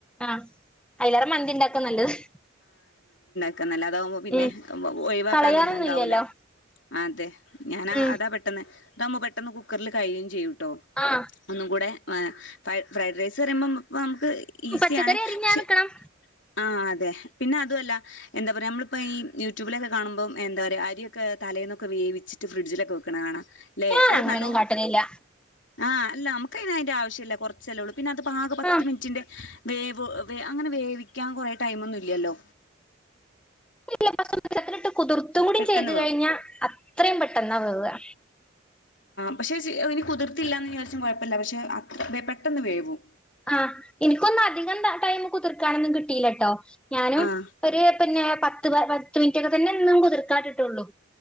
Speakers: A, in the centre; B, on the left.
A: ആ അതിലേറെ മന്തി ഇണ്ടാക്കുവാ നല്ലത്-
B: നല്ല ആവുമ്പം പിന്നെഒഴിവാക്കാൻ
A: ഉം കളയാനൊന്നുല്ലല്ലോ
B: ഒന്നും ഉണ്ടാവൂല അതേ ഞാനാ
A: ഉം
B: അതാപെട്ടെന്ന്- ഇതാവ്ബം പെട്ടെന്ന് കുക്കറിൽ കഴിയും ചെയ്യും- ഓ
A: ആഹ്
B: ഒന്നും കൂടെ- ഏ ഫ്ര ഫ്രൈഡ് റൈസ് പറിമ്പം പ്പം ഈസിയാണ്
A: പച്ചക്കറി അരിഞ്ഞാ
B: പക്ഷേ
A: നിക്കണം
B: ആ അതെ പിന്നെ അ അതുവല്ല എന്താ പറയാ. നമ്മളിപ്പ ഈ യൂട്യൂബിലൊക്കെ കാണുമ്പം എന്താ പറയാ. അരിയൊക്കെ തലേന്നൊക്കെ വേവിച്ചിട്ട് ഫ്രിഡ്ജിലൊക്കെ വെക്ക്ണ കാണാ ല്ലെ
A: ഞാൻ
B: അത്
A: അങ്ങനെയൊന്നും
B: നല്ലോം
A: കാട്ടലില്ല
B: ആ അല്ല അമുക്ക് അയിന് അയിന്റെ ആവ് ശ്യല്ല കൊറച് ച്ചല്ലള്ളൂ പിന്നെ അത് പാക പത്ത്
A: ആഹ്
B: മിനിറ്റിന്റെ വേവ് വേ അങ്ങനെ വേവിക്കാൻ കൊറെ ടൈമ് ഒന്നുല്യാല്ലോ
A: <unintelligible> വെള്ളത്തിലിട്ട് കുതിർത്തും കൂടി
B: പെട്ടെന്ന്
A: ചെയ്തു
B: വേവും
A: കഴിഞ്ഞാ അത്രയും പെട്ടെന്നാ വേവാ
B: പക്ഷേ ജ്ജ് അത് ഇനി കുതിർത്തില്ലാന്ന് വിചാരിച്ചും കൊഴ പ്പല്ല പക്ഷെ അത്ര <unintelligible> പെട്ടെന്ന് വേവും
A: ആ എനിക്കൊന്ന് അധികം ടൈമ് കുതിർക്കാനൊന്നും കിട്ടീലട്ടോ ഞാനും
B: ആഹ്
A: ഒരു പിന്നെ പ ത്ത് പത്ത് മിനിറ്റൊക്കെ തന്നെ ന്നും കുതിർക്കാട്ടിട്ടൊള്ളൂ